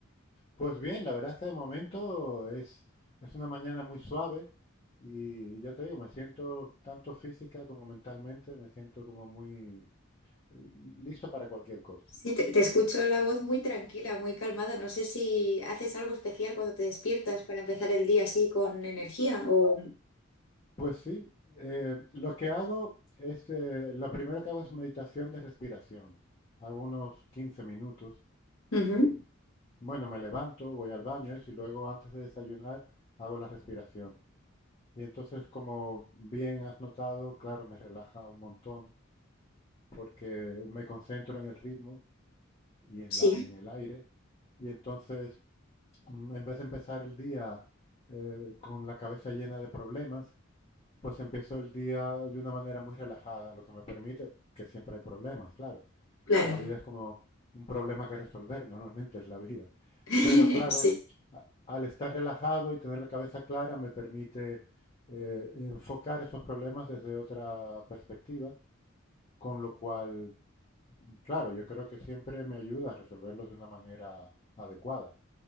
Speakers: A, on the left; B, on the left.
A: Pues bien, la verdad es que de momento es, es una mañana muy suave y ya te digo, me siento tanto física como mentalmente, me siento como muy eh, listo para cualquier cosa.
B: Sí, te, te escucho la voz muy tranquila, muy calmada. No sé si haces algo especial cuando te despiertas para empezar el día así con energía o...
A: Pues sí, eh, lo que hago es, eh, lo primero que hago es meditación de respiración. Hago unos quince minutos
B: Ujú,
A: Em, Bueno, me levanto, voy al baño eso, y luego antes de desayunar hago la respiración. Y entonces, como bien has notado, claro, me relaja un montón porque me concentro en el ritmo y en
B: Sí,
A: la, y en el aire. Y entonces, mm, en vez de empezar el día eh, con la cabeza llena de problemas, pues empiezo el día de una manera muy relajada, lo que me permite, que siempre hay problemas, claro,
B: claro.
A: la vida es como un problema que resolver, normalmente es la vida.
B: <laughs>
A: Pero claro,
B: Sí.
A: a- al estar relajado y tener la cabeza clara me permite eh, enfocar esos problemas desde otra perspectiva, con lo cual, claro, yo creo que siempre me ayuda a resolverlos de una manera adecuada.